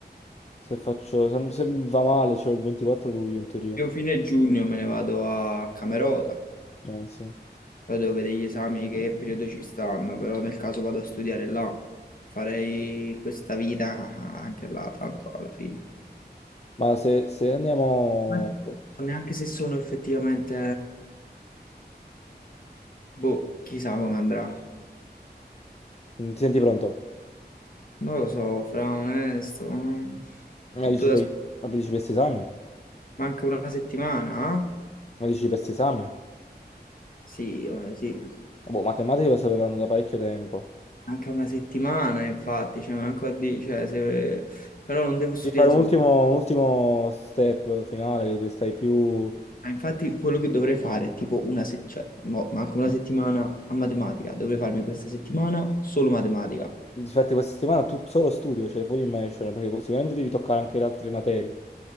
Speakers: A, on the left (about 40°); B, on the left (about 55°).
A: se faccio, se, se va male, c'è il 24 luglio, in teoria.
B: Io fine giugno me ne vado a Camerota.
A: Eh, sì.
B: Poi devo vedere gli esami che periodo ci stanno, però nel caso vado a studiare là, farei questa vita anche là, tanto alla fine.
A: Ma se, se andiamo...
B: Non so neanche se sono effettivamente, boh, chissà come andrà.
A: Ti senti pronto?
B: Non lo so, fra onesto, mm,
A: Ma
B: tutto
A: dici
B: da...
A: per,
B: sp-
A: ma dici per questi esami?
B: Manca una settimana, eh?
A: Ma dici per questi esami?
B: Sì, eh, sì.
A: Boh, matematica lo sapevano da parecchio tempo.
B: Anche una settimana, infatti, cioè, manco a dire, cioè, se... però non devo studiare
A: Devi fare
B: solo.
A: un ultimo, un ultimo step finale, che stai più...
B: Ma infatti quello che dovrei fare è tipo una settimana, cioè, mo- manca una settimana a matematica, dovrei farmi questa settimana solo matematica.
A: Infatti questa settimana tu solo studio, cioè full immersion, perché sicuramente devi toccare anche le altre materie